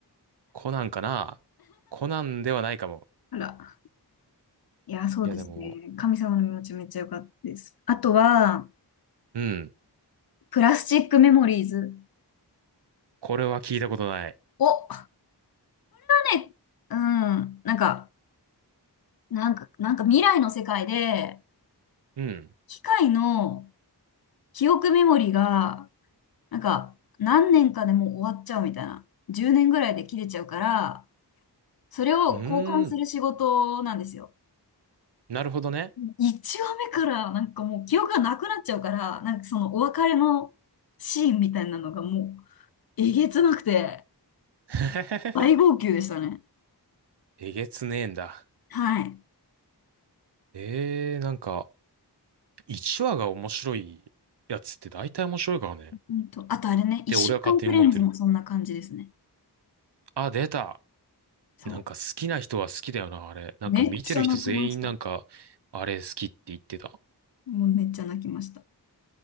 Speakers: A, on the right (about 75°); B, on the left (about 60°).
A: コナンかなコナンではないかも。
B: あら。いや、そうですね。
A: いやでも、
B: 神様の身持ちめっちゃ良かったです。あとは、
A: うん。
B: プラスチックメモリーズ。
A: これは聞いたことない。
B: お、これはね、うん、なんか、なんか、なんか未来の世界で、
A: うん。
B: 機械の記憶メモリーが、なんか、何年かでもう終わっちゃうみたいな。10年ぐらいで切れちゃうから、それを交換する仕事なんですよ。
A: うーん。なるほどね。
B: 1話目からなんかもう記憶がなくなっちゃうから、なんかそのお別れのシーンみたいなのがもうえげつなくて
A: <laughs>
B: 大号泣でしたね。
A: えげつねえんだ。
B: はい。
A: ええー、なんか、1話が面白いやつって大体面白いからね。っ
B: うんと、あとあれね、1週間フレンズもそんな感じですね。
A: て俺は勝手に思ってる。あ、出た。
B: そ
A: なんか好きな人は好きだよな、あれ。なんか見てる人全員なんか、
B: う。めっちゃ泣きました。
A: あれ好きって言ってた。
B: もうめっちゃ泣きました。